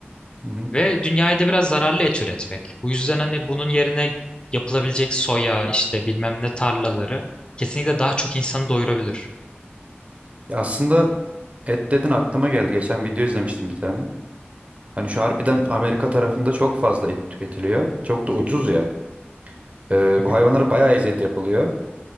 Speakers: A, on the right; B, on the left.
A: hı hı.
B: Ve dünyaya da biraz zararlı et üretmek. Bu yüzden hani bunun yerine yapılabilecek soya işte bilmem ne tarlaları kesinlikle daha çok insanı doyurabilir.
A: Ya aslında et dedin aklıma geldi. Geçen video izlemiştim bir tane. Hani şu harbiden Amerika tarafında çok fazla et tüketiliyor. Çok da ucuz ya. Ee,
B: Hı hı,
A: bu hayvanlara bayağı eziyet yapılıyor.